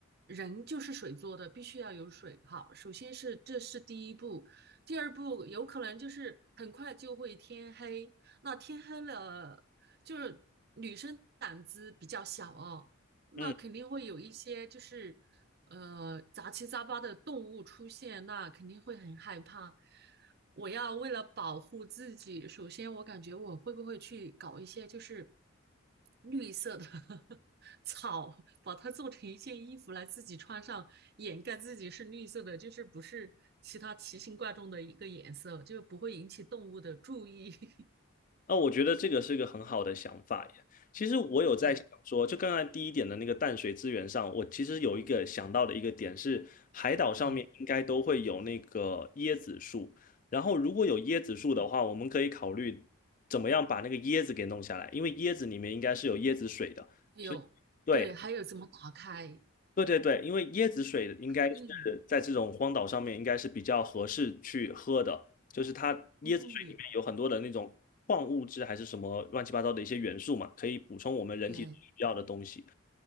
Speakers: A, on the right; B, on the left.
A: 人就是水做的，必须要有水。好，首先是这是第一步，第二步有可能就是很快就会天黑。那天黑了，就是女生胆子比较小哦，那肯定会有一些就是，
B: 嗯。
A: 呃，杂七杂八的动物出现，那肯定会很害怕。我要为了保护自己，首先我感觉我会不会去搞一些就是绿色的 <laughs> 草，把它做成一件衣服来自己穿上，掩盖自己是绿色的，就是不是其他奇形怪状的一个颜色，就不会引起动物的注意。<laughs>
B: 那我觉得这个是个很好的想法耶。其实我有在想说，
A: 嗯
B: 就刚才第一点的那个淡水资源上，我其实有一个想到的一个点是，海岛上面应该都会有那个椰子树，
A: 啊，
B: 然后如果有椰子树的话，我们可以考虑怎么样把那个椰子给弄下来，因为椰子里面应该是有椰子水的，
A: 还有对，
B: 所以对，
A: 还有怎么打开？
B: 对对对，因为椰子水应该是在这种荒岛上面应该是比较合适去喝的，
A: 很硬，
B: 就是它椰子水里面有很多的那种矿物质还是什么乱七八糟的一些元素嘛，
A: 嗯。
B: 可以补充我们人体需要的东西。
A: 对，